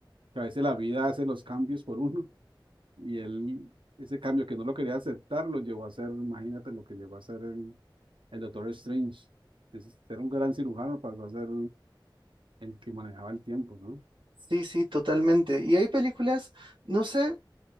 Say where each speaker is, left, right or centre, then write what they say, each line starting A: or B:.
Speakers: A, on the right (about 80°); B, on the right (about 70°).
A: que a veces la vida hace los cambios por uno y él, ese cambio que no lo quería aceptar, lo llevó a hacer, imagínate lo que llegó a hacer el, el Doctor Strange. Es- Era un gran cirujano, pasó a ser el que manejaba el tiempo, ¿no?
B: Sí, sí, totalmente. Y hay películas, no sé.